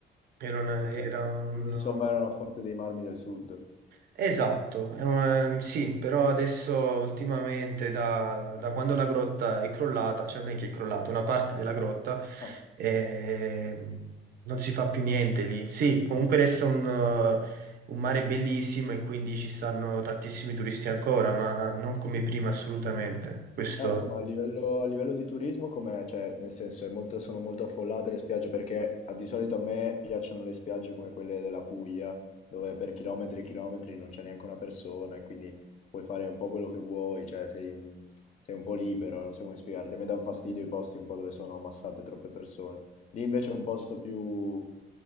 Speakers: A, on the right; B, on the left.
A: Era, una-
B: Ok.
A: era un-
B: Quindi insomma era una forte dei marmi del sud.
A: Esatto, ehm, sì, però adesso ultimamente da, da quando la grotta è crollata, cioè non è che è crollata, una parte della grotta,
B: Ah.
A: ehm, non si fa più niente lì. Sì, comunque resta un, eh, un mare bellissimo e quindi ci stanno tantissimi turisti ancora, ma non come prima assolutamente. Questo
B: Ecco, ma a livello, a livello di turismo com'è? Cioè, nel senso, è molto- sono molto affollate le spiagge perché a- di solito a me piacciono le spiagge come quelle della Puglia, dove per chilometri e chilometri non c'è neanche una persona e quindi puoi fare un po' quello che vuoi, cioè sei un, sei un po' libero, non so come spiegarti. A me dà un fastidio i posti un po' dove sono ammassate troppe persone. Lì invece è un posto più